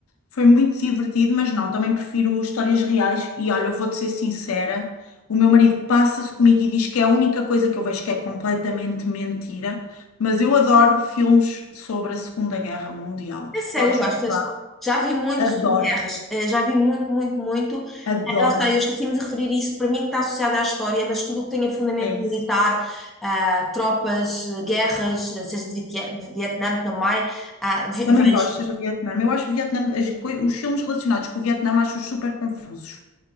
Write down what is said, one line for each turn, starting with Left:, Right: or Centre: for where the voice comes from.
Left: Foi muito divertido, mas não, também prefiro histórias reais. E olha, eu vou-te ser sincera: o meu marido passa-se comigo e diz que é a única coisa que eu vejo que é completamente mentira. Mas eu adoro filmes sobre a Segunda Guerra Mundial.
Centre: É sério,
Left: Podes
Centre: gostas?
Left: gostar.
Centre: Já vi muito
Left: Adoro,
Centre: sobre guerras, eh, já vi muito, muito, muito.
Left: adoro.
Centre: Eh, Lá está, eu esqueci-me de referir isso, para mim está associado à história, mas tudo o que tenha fundamento
Left: É isso.
Centre: militar, ah, tropas, eh, guerras, eh, seja de Vitie- de Vietnã também, ah, ve-
Left: Também
Centre: vejo.
Left: gostas do Vietnã. Eu acho o Vietnã, as coi- os filmes relacionados com o Vietnã, acho-os super confusos.